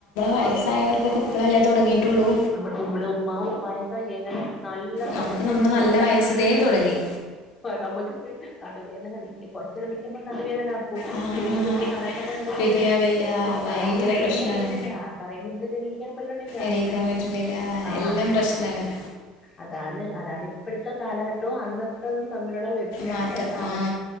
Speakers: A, on the left; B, on the left.
A: നമ്മളെ
B: വയസ്സായവർക്കൊക്കെ
A: വസ്സയോൽക്കൊക്കെ
B: ഇപ്പോഴല്ലേ തുടങ്ങിയിട്ടുള്ളൂ
A: ഇപ്പ്ളല്ലേ തൊട്ങ്ങീറ്റൊള്ളൂ. ഇവടെ ഉമ്മ ഉപ്പായൊക്കെ എങ്ങനെ നല്ല കരുത്തോട്
B: നമുക്ക് നമ്മൾ
A: ഇങ്ങനെ
B: നല്ല
A: കാര്ണ
B: വയസ്സിലേ തുടങ്ങി
A: നമ്മക്ക് ഇപ്പഴ് ന്നടുവേധന ന്ക്ക് കൊർചെരം നിക് നടക്കുമ്പോ നടുവേധന കൊ
B: ആ
A: തുണി
B: ആ
A: കുനിഞ്ഞ് നനക്കുമ്പോ നടുവേധന
B: പിരിയാൻ വയ്യ ഭയങ്കര
A: തറയിലിരിക്കാൻ
B: പ്രശ്നമാണ്
A: പറ്റ്ണില്ല. തറയിലിരുന്നിട്ട് എണീക്കാൻ പറ്റ്ണില്ല
B: എണീക്കാൻ പറ്റണില്ല
A: ആ
B: എല്ലാം പ്രശ്നമാണ്
A: അതാണ് അതാണ് ഇപ്പഴത്തെ കാലഘട്ടവും അന്നത്തതും തമ്മിലുള്ള വിത് വിത്യാസം
B: മാറ്റം
A: അതാണ്
B: ആ